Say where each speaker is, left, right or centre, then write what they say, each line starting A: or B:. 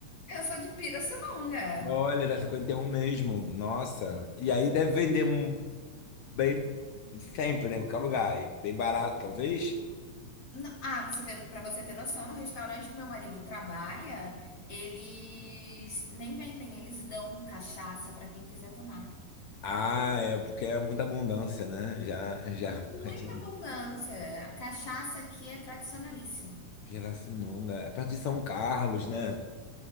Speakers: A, on the left; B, on the left.
A: Eu sou de Pirassununga.
B: Olha, da 51 mesmo. Nossa. E aí deve vender um bem sempre, né? Em qualquer lugar. E bem barato, talvez.
A: Não- ah, pra você ter, pra você ter noção, no restaurante que meu marido trabalha, eles nem vendem, eles dão cachaça pra quem quiser tomar.
B: Ah, é porque é muita abundância, né? Já, já.
A: Muita
B: <laughs>
A: abundância. A cachaça aqui é tradicionalíssima.
B: Pirassununga. É perto de São Carlos, né?